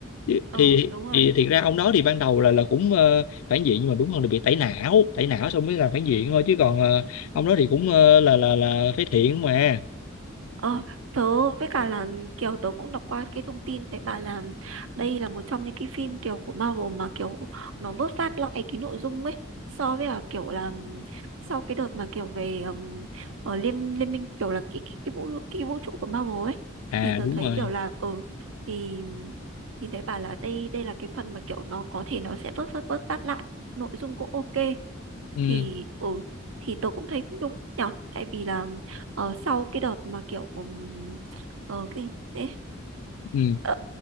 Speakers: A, on the left; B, on the right.
A: thì
B: ờ
A: thì
B: đúng rồi
A: thì thiệt ra ông đó thì ban đầu là là cũng ờ, phản diện nhưng mà đúng hơn là bị tẩy não tẩy não xong mới là phản diện thôi chứ còn ờ, ông đó thì cũng ờ, là là là phế thiện mà
B: Ờ, tớ với cả là kiểu tớ cũng đọc qua cái thông tin thấy bà là đây là một trong những cái phim kiểu của Marvel mà kiểu nó vớt vát lại cái nội dung ấy so với là kiểu là sau cái đợt mà kiểu về ừm, ở liên liên minh kiểu là cái, cái, cái vũ cái vũ trụ của Marvel ấy
A: à
B: thì tớ
A: đúng
B: thấy
A: rồi
B: kiểu là ừ thì thì thấy bà là đây đây là cái phần mà kiểu nó có thể nó sẽ vớt vớt vớt vát lại nội dung cũng ok
A: ừ.
B: thì ừ thì tôi cũng thấy cũng đúng nhở tại vì là ờ, sau cái đợt mà kiểu ừm, ờ, cái thế
A: ừ.
B: ờ,